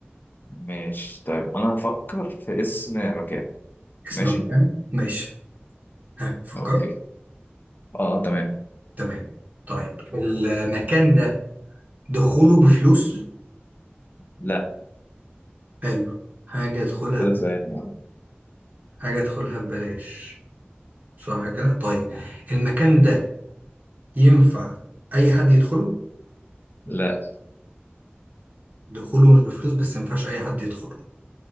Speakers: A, on the left; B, on the right.
A: ماشي طيب انا هفكر في اسم مكان
B: اسم
A: ماشي
B: مكان ماشي ها فكرت
A: اوكي اه تمام
B: تمام طيب المكان ده دخوله بفلوس
A: لا
B: حلو حاجة ادخلها
A: كده
B: ب...
A: ثواني يا عم
B: حاجة ادخلها ببلاش صح كده طيب المكان ده ينفع أي حد يدخله
A: لا
B: دخوله مش بفلوس بس مينفعش أي حد يدخله